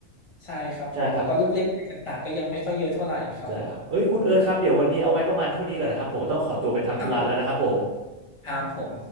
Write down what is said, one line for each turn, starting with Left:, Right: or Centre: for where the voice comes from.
Left: ใช่ครับผมแล้วก็ลูกเล่นอะไรต่างๆก็ยังไม่ค่อยเยอะเท่าไหร่ครับผม
Right: ใช่ครับได้ครับเอ้ยคุณเอิร์ธครับเดี๋ยววันนี้เอาไว้ประมาณเท่านี้ก่อนนะครับผมต้องขอตัวไปทำธุระแล้วนะครับผม
Left: ครับผมครับผม